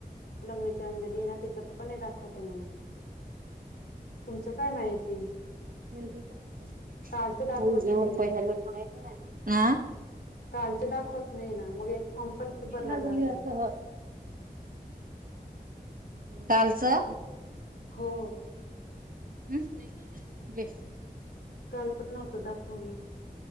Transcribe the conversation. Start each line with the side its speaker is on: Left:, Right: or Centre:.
Left: लंगडी अंजली ना तिच पण दाखवते म्हणे तुमचं काय माहिती
Right: <inaudible>
Left: कालचं दाखवत नाही ना कालच दाखवत नाही ना मग एक फॉर्म पण भरला
Right: लागलीया
Left: जाते
Right: अस ह कालचं
Left: हो
Right: हस काय
Left: काल पण नव्हतं दाखवलं